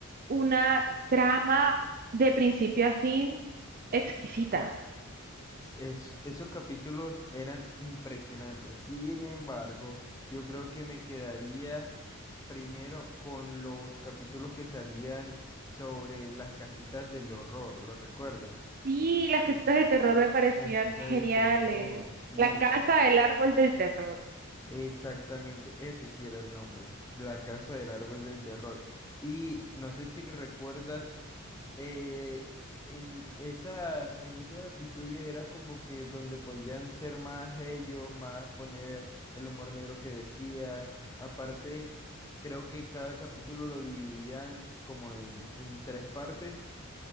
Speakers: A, on the right; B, on the left.
A: una trama de principio a fin exquisita.
B: es- esos capítulos eran impresionantes. Sin embargo, yo creo que me quedaría primero con los capítulos que salían sobre las casitas del horror, ¿lo recuerdas?
A: Sí, las casitas del terror me parecían
B: La cita
A: geniales.
B: del terror, sí,
A: La casa del árbol del terror.
B: exactamente, ese sí era el nombre, la casa del árbol del terror. Y no sé si recuerdas eh, en esa, en esos episodios era como que donde podían ser más ellos, más poner el humor negro que decías. Aparte, creo que cada capítulo lo dividían como en, en tres partes